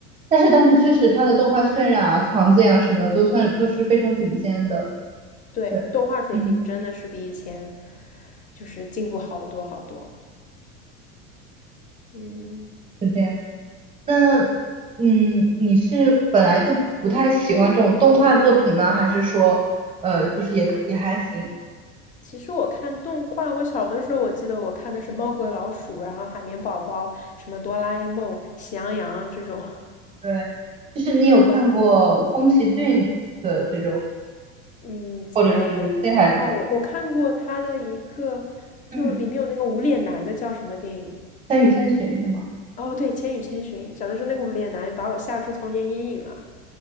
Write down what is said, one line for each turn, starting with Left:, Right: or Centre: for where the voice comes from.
Right: 但是但是确实它的动画渲染啊、场景啊什么的都算都是非常顶尖的。
Left: 对，
Right: 对，
Left: 动画水平真的是比以前
Right: 嗯，
Left: 就是进步好多好多。嗯。
Right: 是这样。那，嗯，你是本来就不太喜欢这种动画作品呢，还是说，呃，就是也可也还行？
Left: 其实我看动画，我小的时候我记得我看的是《猫和老鼠》，然后《海绵宝宝》，什么《哆啦 A 梦》、《喜羊羊》这种。
Right: 对，就是你有看过宫崎骏的这种，
Left: 哦，<laughs> 嗯，
Right: 或者是新海诚，
Left: 没有没有哦，我我看过他的一个，就里面有那个无脸男的叫什么电影？
Right: 嗯，千与千寻是吗？
Left: 哦，对，《千与千寻》。小的时候那个无脸男把我吓出童年阴影了，